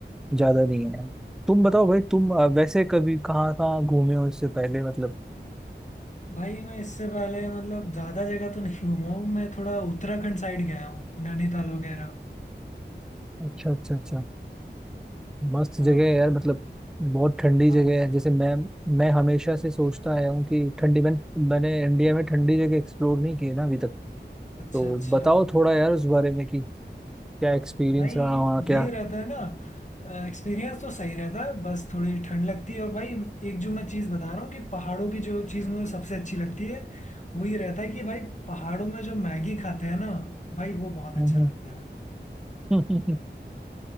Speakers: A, in the centre; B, on the left.
A: ज्यादा नहीं है तुम बताओ भाई तुम अ, वैसे कभी कहाँ कहाँ घूमे हो इससे पहले मतलब
B: भाई मैं इससे पहले मतलब ज़्यादा जगह तो नहीं घूमा हूँ मैं थोड़ा उत्तराखंड साइड गया हूँ नैनीताल वगैरह
A: अच्छा अच्छा अच्छा मस्त
B: हाँ
A: जगह
B: भाई
A: है यार मतलब बहुत ठंडी
B: हाँ
A: जगह है जैसे मैं मैं हमेशा से सोचता आया हूँ कि ठंडी मैं मैंने इंडिया में ठंडी जगह एक्सप्लोर नहीं की है ना अभी तक
B: अच्छा
A: तो
B: अच्छा
A: बताओ थोड़ा यार उस बारे में कि क्या एक्सपीरियंस
B: भाई
A: रहा वहाँ क्या
B: ये रहता है ना एक्सपीरियंस तो सही रहता है बस थोड़ी ठंड लगती है और भाई एक जो मैं चीज़ बता रहा हूँ कि पहाड़ों की जो चीज़ मुझे सबसे अच्छी लगती है वो ये रहता है कि भाई पहाड़ों में जो मैगी खाते हैं ना भाई वो बहुत
A: हम्म,
B: अच्छा लगता है
A: <laughs>